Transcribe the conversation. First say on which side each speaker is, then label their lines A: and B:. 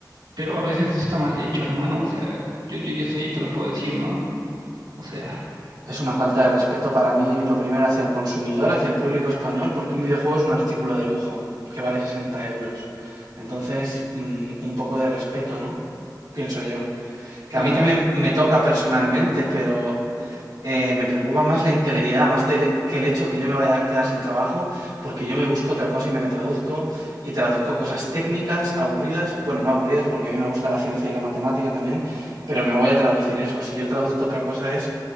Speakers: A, on the right; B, on the right.
A: Pero a veces eso está mal hecho, hermano. O sea, yo, yo, yo sé y te lo puedo decir, ¿no? O sea,
B: Es una falta de respeto para mí, lo primero hacia el consumidor, hacia el público español, porque un videojuego es un artículo de lujo que vale 60 euros. Entonces, mm, un poco de respeto, ¿no? Pienso yo. Que
A: claro,
B: a mí también me toca personalmente, pero Eh, me preocupa más la integridad, más del- e, que el hecho que yo me vaya a quedar sin trabajo, porque yo me busco otra cosa y me la traduzco, y traduzco cosas técnicas, aburridas, bueno, no aburridas, porque a mí me gusta la ciencia y la matemática también, pero me voy a traducir eso. Si yo traduzco otra cosa es